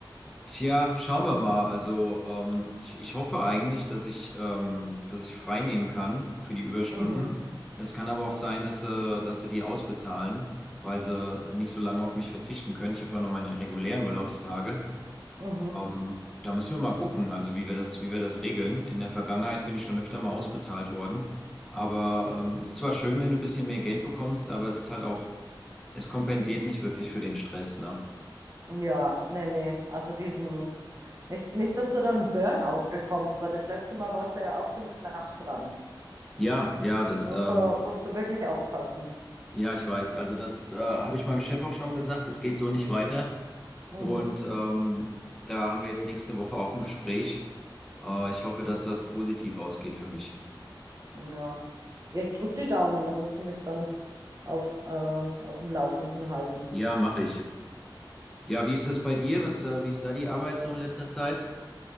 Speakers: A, in the centre; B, on the right.
A: Tja, schauen wir mal. Also ähm, ich, ich hoffe eigentlich, dass ich, ähm, dass ich frei nehmen kann für die Überstunden.
B: Mhm,
A: Es kann aber auch sein, dass sie, dass sie die ausbezahlen, weil sie nicht so lange auf mich verzichten können. Ich habe ja noch meine regulären Urlaubstage.
B: mhm.
A: Ähm, da müssen wir mal gucken, also wie wir das, wie wir das regeln. In der Vergangenheit bin ich schon öfter mal ausbezahlt worden. Aber ähm, es ist zwar schön, wenn du ein bisschen mehr Geld bekommst, aber es ist halt auch, es kompensiert nicht wirklich für den Stress, ne?
B: Ja, nee, nee. Also diesen, nicht, nicht, dass du dann einen Burnout bekommst, weil das letzte Mal warst du ja auch schon knapp dran.
A: Ja, ja, das,
B: Musst
A: ähm,
B: du, musst du wirklich aufpassen.
A: ja, ich weiß. Also das äh, habe ich meinem Chef auch schon gesagt, das geht so nicht weiter.
B: Mhm.
A: Und ähm, da haben wir jetzt nächste Woche auch ein Gespräch. Äh, ich hoffe, dass das positiv ausgeht für mich.
B: Ja. Ja, ich drück die Daumen, da musst du mich dann auf, äh, auf dem Laufenden halten.
A: Ja, mache ich. Ja, wie ist das bei dir? Was, äh, wie ist da die Arbeit so in letzter Zeit?